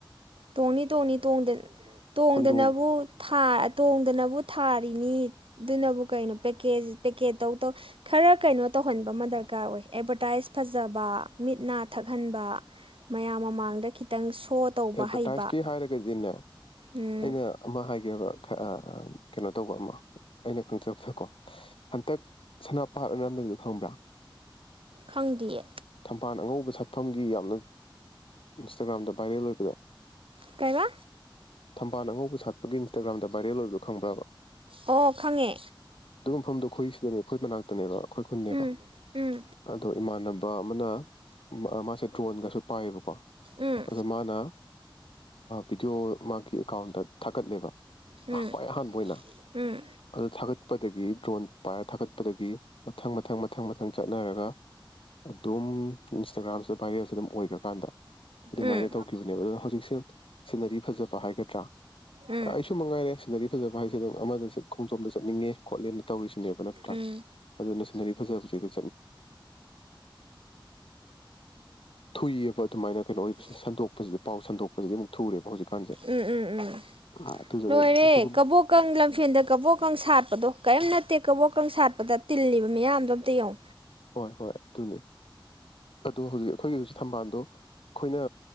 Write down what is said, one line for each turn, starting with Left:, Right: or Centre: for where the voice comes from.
Right: ꯇꯣꯡꯅꯤ ꯇꯣꯡꯅꯤ ꯇꯣꯡꯗꯅ
Left: ꯀꯨꯟꯗꯣ
Right: ꯇꯣꯡꯗꯅꯕꯨ ꯊꯥꯔꯤꯅꯤ ꯑꯗꯨꯅꯕꯨ ꯀꯩꯅꯣ ꯄꯦꯀꯦꯠ ꯇꯧ ꯈꯔ ꯀꯩꯅꯣ ꯇꯧꯍꯟꯕ ꯑꯃ ꯗꯔꯀꯥꯔ ꯑꯣꯏ ꯑꯦꯗꯚꯔꯇꯥꯏꯁ ꯐꯖꯕ ꯃꯤꯠ ꯅꯥ ꯊꯛꯍꯟꯕ ꯃꯌꯥꯝ ꯃꯃꯥꯡꯗ ꯈꯤꯇꯣ ꯁꯣ ꯇꯧꯕ
Left: ꯑꯦꯗꯚꯔꯇꯥꯏꯁꯀꯤ
Right: ꯍꯩꯕ
Left: ꯍꯥꯏꯔꯒꯗꯤꯅꯦ
Right: ꯎꯝ
Left: ꯑꯩꯅ ꯑꯃ ꯍꯥꯏꯒꯦꯕ ꯀꯩꯅꯣ ꯇꯧꯕ ꯑꯃ ꯑꯩꯅ ꯈꯪꯖꯕꯗꯀꯣ ꯍꯟꯇꯛ ꯁꯅꯥꯄꯥꯥꯠꯅ ꯑꯝ ꯂꯩꯕꯤꯗꯣ ꯈꯪꯕ꯭ꯔꯥ
Right: ꯈꯪꯗꯤꯌꯦ
Left: ꯄꯥꯠ ꯑꯉꯧꯕ ꯁꯛꯐꯝꯒꯤ ꯌꯥꯝꯅ ꯏꯟꯁꯇꯥꯒ꯭ꯔꯥꯝꯗ ꯄꯥꯏꯔꯦꯜ ꯑꯣꯏꯕꯗ
Right: ꯀꯩ ꯕꯥ
Left: ꯊꯝꯕꯥꯜ ꯑꯉꯧ ꯁꯥꯠꯄꯒꯤ ꯏꯟꯁꯇꯥꯒ꯭ꯔꯝꯗ ꯕꯥꯏꯔꯦꯜ ꯑꯣꯏꯗꯣ ꯈꯪꯕꯔꯥꯕ
Right: ꯑꯣ ꯈꯪꯉꯦ
Left: ꯑꯗꯨ ꯃꯐꯝꯗꯣ ꯑꯩꯈꯣꯏ ꯁꯤꯗꯅꯦ ꯑꯩꯈꯣꯏ ꯃꯅꯥꯛꯇꯅꯦꯕ ꯑꯩꯈꯣꯏ ꯈꯨꯨꯟꯅꯦꯕ
Right: ꯎꯝ ꯎꯝ
Left: ꯑꯗꯣ ꯏꯃꯥꯟꯅꯕ ꯑꯃꯅ ꯃꯥꯁꯦ ꯗ꯭ꯔꯣꯟꯒꯁꯨ ꯄꯥꯏꯌꯦꯕꯀꯣ
Right: ꯎꯝ
Left: ꯑꯗꯨꯗ ꯃꯥꯅ ꯚꯗꯤꯑꯣ ꯃꯥꯒꯤ ꯑꯦꯀꯥꯎꯟꯗ ꯊꯥꯒꯠꯂꯦꯕ
Right: ꯎꯝ
Left: ꯈ꯭ꯋꯥꯏ ꯑꯍꯥꯟꯕ ꯑꯣꯏꯅ
Right: ꯎꯝ
Left: ꯑꯗꯨ ꯊꯥꯒꯠꯄꯗꯒꯤ ꯗ꯭ꯔꯣꯟ ꯄꯥꯏꯔ ꯊꯥꯒꯠꯄꯗꯒꯤ ꯃꯊꯪ ꯃꯊꯪ ꯃꯊꯪ ꯃꯊꯪ ꯆꯠꯅꯔꯒ ꯑꯗꯨꯝ ꯏꯟꯁꯇꯥꯒ꯭ꯔꯥꯝꯁꯤꯗ ꯚꯥꯏꯔꯦꯜꯁꯤ ꯑꯗꯨꯝ ꯑꯣꯏꯈ꯭ꯔꯀꯥꯟꯗ ꯑꯗꯨꯃꯥꯏꯅ
Right: ꯎꯝ ꯎꯝ
Left: ꯇꯧꯈꯤꯕꯅꯦꯕ ꯑꯗꯨꯅ ꯍꯧꯖꯤꯛꯁꯦ ꯁꯤꯅꯔꯤ ꯐꯖꯕ ꯍꯥꯏꯒꯗ꯭ꯔꯥ
Right: ꯎꯝ
Left: ꯑꯩꯁꯨ ꯃꯉꯥꯏꯔꯦ ꯁꯤꯅꯔꯤ ꯐꯖꯕ ꯍꯥꯏꯁꯦ ꯑꯗꯨꯝ ꯑꯃꯗ ꯈꯣꯡꯖꯣꯝꯗ ꯆꯠꯅꯤꯡꯉꯦ ꯈꯣꯠꯂꯦꯅ ꯇꯧꯔꯤꯁꯤꯅꯦꯕ ꯅꯠꯇ꯭ꯔꯥ
Right: ꯎꯝ
Left: ꯑꯗꯨꯅ ꯁꯤꯅꯔꯤ ꯐꯖꯕꯗꯣ <unintelligible> ꯑꯗꯨꯃꯥꯏꯅ ꯀꯩꯅꯣ ꯑꯣꯏꯕꯁꯦ
Right: ꯎ ꯎꯝ ꯎꯝ
Left: ꯁꯟꯗꯣꯛꯄꯁꯤꯗꯤ ꯄꯥꯎ ꯁꯟꯗꯣꯛꯄꯁꯤꯗꯤ ꯑꯃꯨꯛ ꯊꯨꯔꯦꯕ ꯍꯧꯖꯤꯛꯀꯥꯟꯁꯦ
Right: ꯎꯝ ꯎꯝ ꯎꯝ
Left: ꯑꯥ, ꯑꯗꯨꯗꯨꯅ
Right: ꯂꯣꯏꯔꯦ
Left: ꯑꯗꯨꯒꯨꯝꯕ
Right: ꯀꯕꯣꯛꯀꯪ ꯂꯝꯐꯦꯟꯗ ꯀꯕꯣꯛꯀꯪ ꯁꯥꯠꯄꯗꯣ ꯀꯤꯝ ꯅꯠ ꯇꯦꯛ ꯀꯕꯣꯛꯀꯪ ꯁꯥꯠꯄꯗ ꯇꯤꯜꯂꯤꯕ ꯃꯌꯥꯝꯗꯣ ꯑꯝꯇ ꯌꯦꯡꯉꯣ
Left: ꯍꯣꯏ ꯍꯣꯏ ꯑꯗꯨꯅꯤ ꯑꯣ ꯍꯧꯖꯤꯛ ꯑꯩꯈꯣꯏꯒꯤ ꯍꯧꯖꯤꯛ ꯊꯝꯕꯥꯜꯗꯣ ꯑꯩꯈꯣꯏꯅ